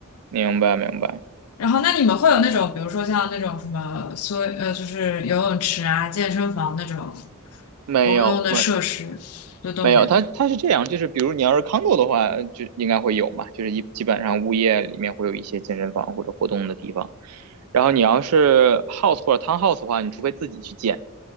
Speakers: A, on the right; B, on the left.
A: 明白明白，
B: 然后那你们会有那种比如说像那种什么所呃就是游泳池啊、健身房那种
A: 没有没
B: 公用的设施，就都没有。
A: 没有，它它是这样，就是比如你要是 condo 的话，就应该会有嘛，就是一基本上物业里面会有一些健身房或者活动的地方。然后你要是 house 或者 townhouse 的话，你除非自己去建